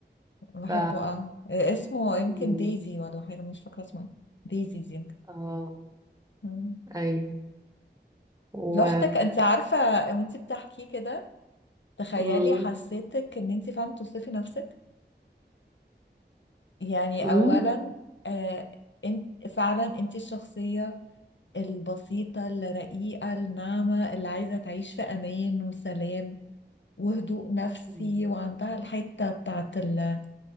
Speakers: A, on the left (about 80°); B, on the right (about 20°).
A: بحبه
B: ف...
A: أوي آه، اسمه يمكن
B: مم.
A: دايزي ولا حاجة مش فاكرة اسمه إيه. دايزيز يمكن
B: اه
A: مم.
B: ايوه و
A: لوحدك أنت عارفة وأنت بتحكيه كده تخيلي
B: مم.
A: حسيتك إن أنت فاهمة توصفي نفسك يعني
B: مم.
A: أولا آه انت فعلا انت الشخصية البسيطة الرقيقة الناعمة اللي عايزة تعيش في أمان وسلام وهدوء نفسي
B: مم.
A: وعندها الحتة بتاعت ال